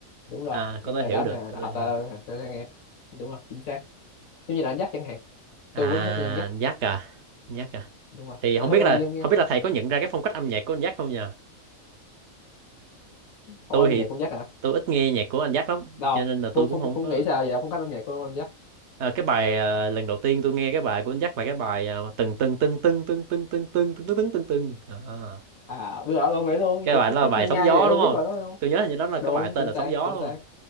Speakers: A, on the left; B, on the right.
A: đúng rồi
B: à
A: những
B: có thể
A: người
B: hiểu
A: rap
B: được
A: nè
B: có thể
A: hợp
B: hiểu
A: ta
B: được
A: tôi sẽ nghe đúng rồi chính xác giống như là anh dắt chẳng hạn
B: à
A: tôi rất thích nghe anh dắt
B: anh Jack à anh Jack à
A: đúng rồi
B: thì
A: anh
B: không
A: thích
B: biết là
A: nghe nghe
B: không biết là thầy có nhận ra cái phong cách âm nhạc của anh giác không nhờ
A: không
B: tôi
A: có âm
B: thì
A: nhạc cũng dắt hả
B: tôi ít nghe nhạc của anh giác lắm
A: đâu
B: cho nên là
A: phúc
B: tôi cũng
A: phúc
B: không
A: phúc
B: có
A: nghĩ sao vậy không có âm nhạc của anh dắt
B: à, cái bài à, lần đầu tiên tôi nghe cái bài của anh giác là cái bài à, từng từng từng từng từng từng từng từng từng từng từng từng từng à.
A: à đưa ở luôn nghĩ luôn
B: cái
A: chỗ
B: bài
A: phúc
B: đó
A: phúc
B: là bài
A: ngân
B: sóng
A: nga
B: gió
A: vậy tôi
B: đúng
A: biết
B: không
A: rồi đó không
B: tôi nhớ hình như đó là
A: đúng
B: cái bài tên
A: chính
B: là
A: xác
B: sóng gió
A: chính
B: đúng
A: xác
B: không